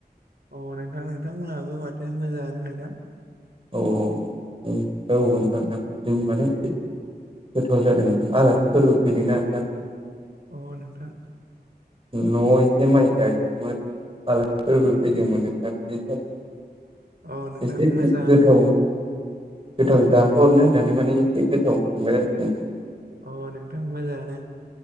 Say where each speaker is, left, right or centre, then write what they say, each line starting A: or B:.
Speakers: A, on the right; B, on the right.
A: अ नोंथां नोंथांमोनहाबो माथो मोजाङानो नोंथां।
B: औ औ औ नोंथां जों माने गोथाव जादों ना आलासिफोरबो फैदोंना नोंथां।
A: अ नोंथां।
B: न'आव एसे माइ गायदोंमोन आलासिफोरबो फैदोंमोन नोंथां बिनि थाखाय
A: अ नोंथां
B: एसे
A: मोजां
B: गोथाव गोथाव जाहोहरनो होननानै माने एसे गोथाव संबाय आरोखि होन
A: अ नोंथां मोजाङानो।